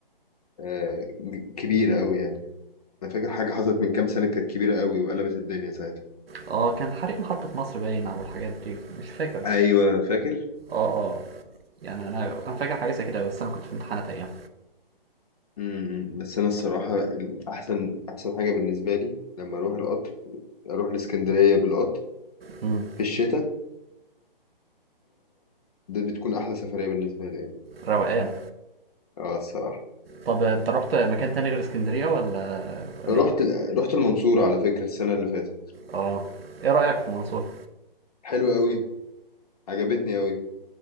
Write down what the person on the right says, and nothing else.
اه كان حريق محطة مصر باين او الحاجات دي مش فاكر بس
اه اه يعني انا انا فاكر حاجة زي كده بس انا كنت في امتحانات ايام
مم.
روقان
طب انت رحت مكان تاني غير اسكندرية ولا ولا
ايه؟
اه ايه رأيك في المنصورة؟